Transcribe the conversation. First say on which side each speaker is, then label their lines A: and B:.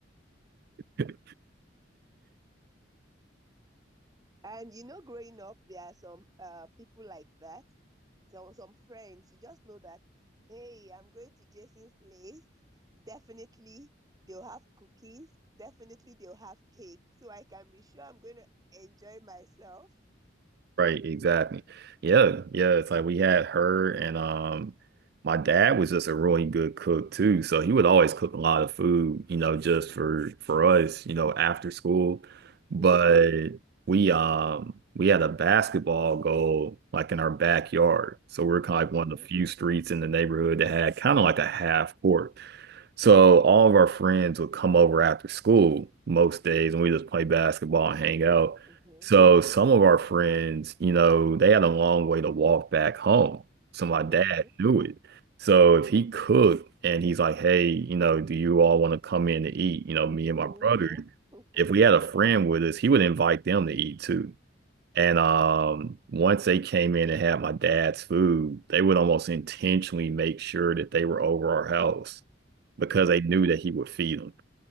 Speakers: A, on the right (about 55°); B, on the right (about 20°).
A: <laughs>
B: and you know, growing up, there are some uh, people like that, some, some friends. You just know that, hey, I'm going to Jason's place. Definitely they'll have cookies. Definitely they'll have cake. So I can be sure I'm going to enjoy myself.
A: Right, exactly. Yeah, yeah. It's like we had her and um my dad was just a really good cook too. So he would always cook a lot of food, you know, just for for us, you know, after school. But
B: Mm-hmm.
A: we um we had a basketball goal like in our backyard. So we're kind of
B: Okay.
A: like one of the few streets in the neighborhood that had kind of like a half court. So all of our friends would come over after school most days and we just play basketball and hang out.
B: Mm-hmm.
A: So some of our friends, you know, they had a long way to walk back home. So my dad
B: Okay.
A: knew it. So if he cooked and he's like, hey, you know, do you all want to come in to eat? You know, me and my
B: Mm-hmm.
A: brother,
B: <laughs>
A: if we had a friend with us, he would invite them to eat too. And um, once they came in and had my dad's food, they would almost intentionally make sure that they were over our house because they knew that he would feed them.